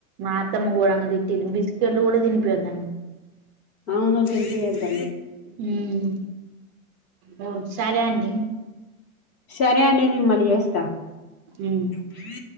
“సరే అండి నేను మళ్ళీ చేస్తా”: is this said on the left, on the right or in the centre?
Left